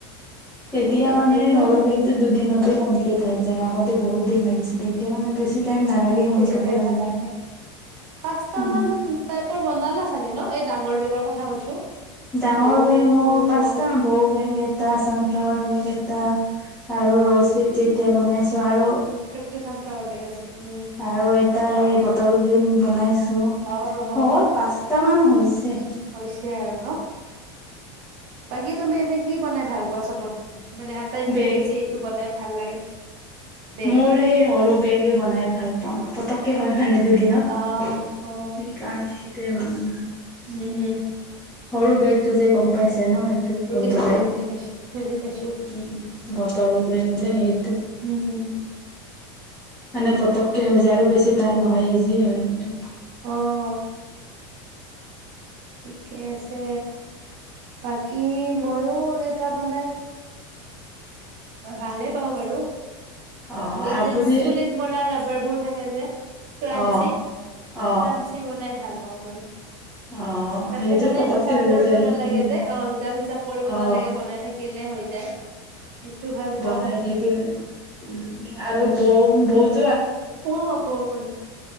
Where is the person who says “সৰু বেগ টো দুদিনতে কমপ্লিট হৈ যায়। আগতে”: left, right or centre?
Centre